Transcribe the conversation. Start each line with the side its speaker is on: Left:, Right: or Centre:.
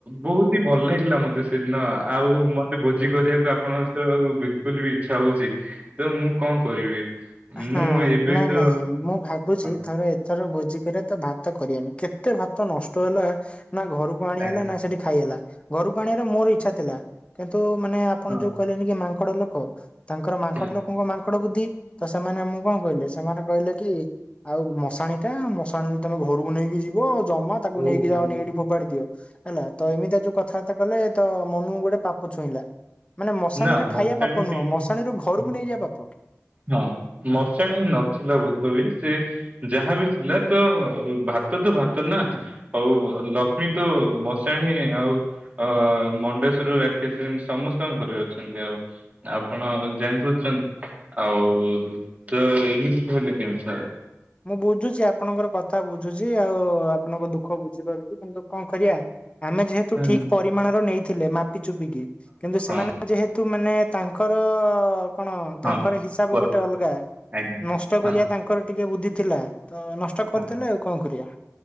Right: ବହୁତ ହିଁ ଭଲ ଲାଗିଲା ମତେ ସେ ଦିନ ଆଉ ମତେ ଭୋଜି କରିବାକୁ ଆପଣସହ ବି। କଲେ ବି ଇଚ୍ଛା ହଉଛି ତ ମୁଁ କଣ କରିବି?
Left: ହଁ
Right: ମୁଁ ଏବେ
Left: ନାଇଁ
Right: ତ
Left: ନାଇଁ ମୁଁ ଭାବୁଛି
Right: ହଁ
Left: ଥରେ ଏଥର ଭୋଜି କରିବା ତ ଭାତ କରିବାନି କେତେ ଭାତ ନଷ୍ଟ ହେଲା ନା ଘରକୁ କ ଆଣି
Right: ଆଜ୍ଞା
Left: ହେଲା ନା ସେଠି ଖାଇ ହେଲା। ଘରକୁ ଆଣିବାର ମୋର ଇଚ୍ଛା ଥିଲା। କିନ୍ତୁ ମାନେ ଆପଣ
Right: ହଁ
Left: ଯୋଉ କହିଲେନି କି ମାଙ୍କଡ ଲୋକ। ତାଙ୍କର ମାଙ୍କଡ
Right: ହଁ
Left: ଲୋକଙ୍କ ମାଙ୍କଡ ବୁଦ୍ଧି। ତ ସେମାନେ ଆମକୁ କଣ କହିଲେ? ସେମାନେ କହିଲେ କି ଆଉ ମଶାଣି ଟା ମଶାଣିରୁ ତମେ ଘରକୁ ନେଇକି ଯିବ ଯମା ତାକୁ
Right: ହଁ
Left: ନେଇକି
Right: ହଉ
Left: ଯାଆନି
Right: ହଉ।
Left: ଏଇଠି ଫୋପାଡି ଦିଅ ହେଲା ତ ଏମିତି ଯୋଉ କଥା ତା କଲେ ତ ମନୁକୁ ଗୋଟେ ପାପ ଛୁଇଁଲା। ମାନେ ମଶାଣିରେ
Right: ନା
Left: ଖାଇବା
Right: ମଶାଣି
Left: ପାପ
Right: ସେଇଟା
Left: ନୁହଁ ମଶାଣି
Right: ନୁହଁ।
Left: ରୁ ଘରକୁ ନେଇଯିବା ପାପ।
Right: ହଁ ମଶେଣୀ ନଥିଲା ବୋଧେ ବି ସେ ଯାହାବି ଥିଲା ତ ଭାତ ତ ଭାତ ନା। ହଉ ହୁଅ ଲକ୍ଷ୍ମୀ ତୋ ମଶାଣୀ ଆଉ ହଁ ମଣ୍ଡେଶ୍ଵର ରାକ୍ଷସି ସମସ୍ତଙ୍କ ଘରେ ଅଛନ୍ତି ଆଉ। ଆପଣ ଜାଣିପାରୁଚନ୍ ଆଉ ତ ଏମିତି କହିଲେ କେମିତି ହବ।
Left: ମୁଁ ବୁଝୁଛି ଆପଣଙ୍କର କଥା ବୁଝୁଛି। ଆଉ ଆପଣଙ୍କ ଦୁଃଖ ବୁଝିପାରୁଛି। କିନ୍ତୁ କଣ କରିବା। ଆମେ ଯେହେତୁ
Right: ହଁ
Left: ଠିକ ପରିମାଣର ନେଇଥିଲେ ମାପି ଚୁପିକି କିନ୍ତୁ
Right: ହଁ
Left: ସେମାନେ ଯେହେତୁ ମାନେ ତାଙ୍କର କଣ
Right: ହଁ
Left: ତାଙ୍କର ହିସାବ
Right: ବସ
Left: ଗୋଟେ ଅଲଗା
Right: ଆଜ୍ଞା
Left: ନଷ୍ଟ
Right: ହଁ
Left: କରିବା ତା ଙ୍କର ଟିକେ ବୁଦ୍ଧି ଥିଲା ତ ନଷ୍ଟ କରିଦେଲେ
Right: ହଁ
Left: ଆଉ କଣ କରିବା